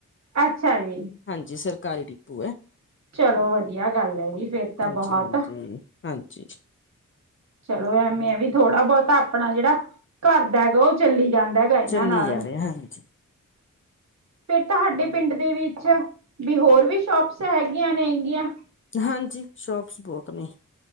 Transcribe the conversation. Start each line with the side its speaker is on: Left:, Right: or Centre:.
Right: ਅੱਛਾ ਜੀ।
Left: ਹਾਂਜੀ ਸਰਕਾਰੀ ਡੀਪੂ ਏ।
Right: ਚਲੋ ਵਧੀਆ ਗੱਲ ਐ ਜੀ ਫੇਰ ਤਾਂ
Left: ਹਾਂਜੀ
Right: ਬਹੁਤ।
Left: ਹਾਂਜੀ <unintelligible>
Right: ਚਲੋ ਐਵੇਂ ਐ ਵੀ ਥੋੜਾ ਬਹੁਤਾ ਆਪਣਾ ਜੇੜਾ ਘਰ ਬੈ ਉ ਚੱਲੀ ਜਾਂਦਾ ਹੈਗਾ ਏਨਾਂ
Left: ਚੱਲੀ
Right: ਨਾਲ।
Left: ਜਾ ਰਿਹਾ ਹਾਂਜੀ
Right: ਫੇਰ ਤੁਹਾਡੇ ਪਿੰਡ ਦੇ ਵਿੱਚ ਬੀ ਹੋਰ ਵੀ ਸ਼ੋਪਸ ਹੈਗੀਆਂ ਨੇ ਹੈਗੀਆਂ।
Left: ਹਾਂਜੀ ਸ਼ੋਪਸ ਬੋਤ ਨੇ।